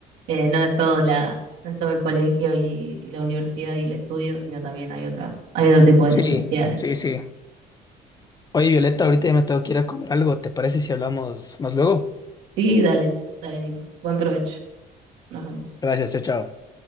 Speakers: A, on the right; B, on the left.
A: eh, no es todo la, no es todo el colegio y, y la universidad y el estudio, sino también hay otras, hay otro tipo de
B: Sí,
A: necesidades.
B: sí, sí. Oye, Violeta, ahorita ya me tengo que ir a comer algo. ¿Te parece si hablamos más luego?
A: Sí, dale, dale, Nico. Buen provecho. Nos vemos.
B: Gracias, chao, chao.